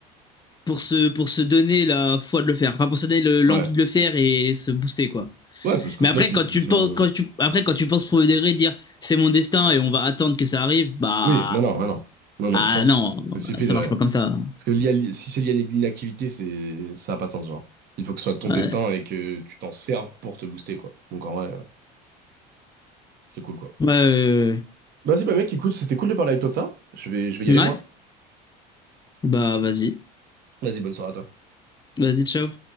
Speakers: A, on the left (about 20°); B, on the right (about 50°).
A: pour se, pour se donner la foi de le faire. Enfin, pour se donner le- l'envie
B: Ouais.
A: de le faire et se booster, quoi.
B: Ouais, parce qu'au
A: Mais
B: final,
A: après,
B: c'est
A: quand
B: une
A: tu
B: vision.
A: penses, quand tu, après, quand tu penses provoquer, dire c'est mon destin et on va attendre que ça arrive, bah,
B: Oui, non, non, non, non, non, non,
A: ah
B: je pense
A: non,
B: que c'est stupide,
A: ça
B: ouais.
A: marche pas comme ça.
B: Parce que lié à l'i- si c'est lié à l'inactivité, c'est, ça a pas de sens, genre. Il faut que ce soit ton
A: Ouais.
B: destin et que tu t'en serves pour te booster, quoi. Donc en vrai, euh, c'est cool, quoi.
A: Ouais, ouais, ouais,
B: Vas-y, bah mec, écoute, c'était cool de parler avec toi de ça. Je vais, je vais y
A: ouais.
B: aller,
A: Ouais.
B: moi.
A: Bah, vas-y.
B: Vas-y, bonne soirée à toi.
A: Vas-y, ciao.